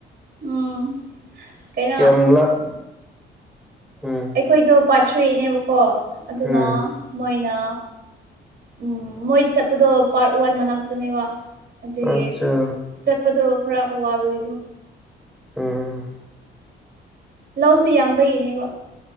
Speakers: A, on the right; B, in the centre.
A: ꯎꯝ ꯀꯩꯅꯣ
B: ꯀꯌꯥꯝ ꯂꯥꯞ ꯎꯝ
A: ꯑꯩꯈꯣꯏꯗꯣ ꯄꯥꯊ꯭ꯔꯤꯅꯦꯕꯀꯣ ꯑꯗꯨꯅ
B: ꯎꯝ
A: ꯃꯣꯏꯅ ꯎꯝ ꯃꯣꯏ ꯆꯠꯄꯗꯣ ꯄꯥꯔꯠ ꯋꯥꯟ ꯃꯅꯥꯛꯇꯅꯦꯕ ꯑꯗꯨꯒꯤ
B: ꯑꯠꯆꯥ
A: ꯆꯠꯄꯗꯣ ꯈꯔ ꯋꯥꯕꯒꯤꯀꯣ
B: ꯑꯝ
A: ꯂꯧꯁꯨ ꯌꯥꯝꯕꯅꯦꯕ